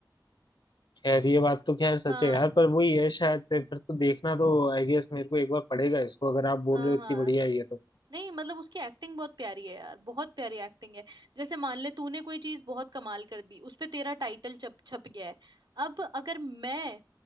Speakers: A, on the left; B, on the right.
A: खैर ये बात तो खैर सच
B: हाँ
A: है यार पर वही है शायद से फिर तो देखना तो आई गेस मेरे को एक बार पड़ेगा इसको अगर आप बोल
B: हाँ
A: रहे हो
B: हाँ
A: इतनी बढ़िया है ये तो
B: नहीं मतलब उसकी एक्टिंग बहुत प्यारी है यार बहुत प्यारी एक्टिंग है जैसे मान ले तूने कोई चीज बहुत कमाल कर दी उस पे तेरा टाइटल छप छप गया है अब अगर मैं